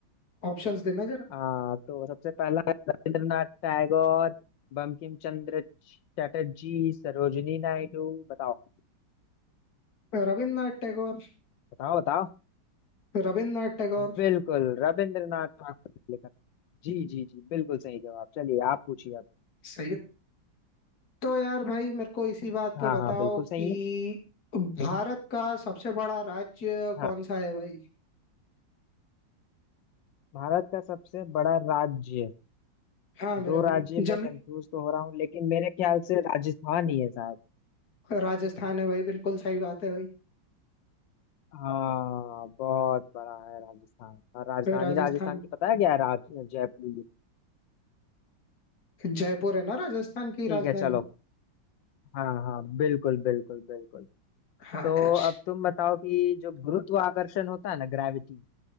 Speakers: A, on the left (about 50°); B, on the left (about 75°).
A: ऑप्शंस देना जरा
B: हाँ तो सबसे पहला है रविंद्रनाथ टैगोर बंकिम चंद्र चटर्जी सरोजिनी नायडू बताओ
A: रविन्द्रनाथ टैगोर
B: बताओ बताओ
A: रविन्द्रनाथ टैगोर
B: बिल्कुल रविंद्रनाथ ठाकुर ने लिखा जी जी जी बिल्कुल सही जवाब चलिए आप पूछिए अब
A: सही है तो यार भाई मेरे को इसी बात
B: हाँ
A: पे बताओ
B: हाँ बिल्कुल
A: कि
B: सही है
A: भारत का सबसे बड़ा राज्य कौन
B: हाँ
A: सा है भाई
B: भारत का सबसे बड़ा राज्य
A: हाँ मेरे
B: दो
A: भाई
B: राज्य
A: जमी
B: में कंफ्यूज तो हो रहा हूँ लेकिन मेरे ख्याल से राजस्थान ही है शायद
A: राजस्थान है भाई बिल्कुल सही बात है भाई
B: हाँ बहुत बड़ा है राजस्थान और राजधानी
A: राजस्थान
B: राजस्थान की पता है क्या है राज जयपुर
A: जयपुर है ना राजस्थान की
B: ठीक
A: राजधानी
B: है चलो हाँ हाँ बिल्कुल बिल्कुल बिल्कुल
A: हाँ
B: तो
A: यार
B: अब तुम बताओ कि जो गुरुत्वाकर्षण होता है ना ग्रेविटी